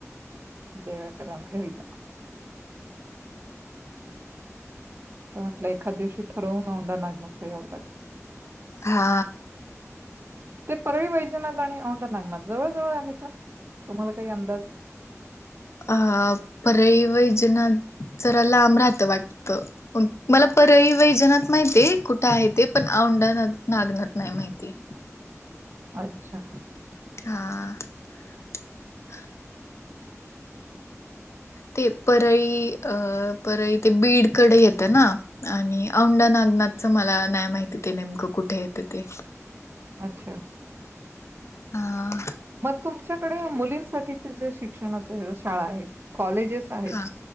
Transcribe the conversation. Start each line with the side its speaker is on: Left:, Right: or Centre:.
Right: देवाकरन घरीचा तर म्हटलं एखादं दिवशी ठरवून औंढा नागनाथ ला यावं लागेल
Left: हा
Right: ते परळी वैजनाथ आणि औंढा नागनाथ जवळ जवळ आहे का? तुम्हाला काय अंदाज
Left: अ परळी वैजनाथ जरा लांब राहातं वाटतं मला परळी वैजनाथ माहिती कुठ आहे ते पण औंढा नागनाथ नाही माहिती
Right: अच्छा
Left: हा ते परळी अ परळी ते बीडकडे येतं ना आणि औंडा नाग नाथच मला नाही माहिती ते नेमकं कुठे येते ते
Right: अच्छा
Left: हा
Right: मग... तुमच्याकडे मुलींसाठी ज्या शिक्षणाच्या ज्या शाळा आहेत कॉलेजेस आहेत
Left: हा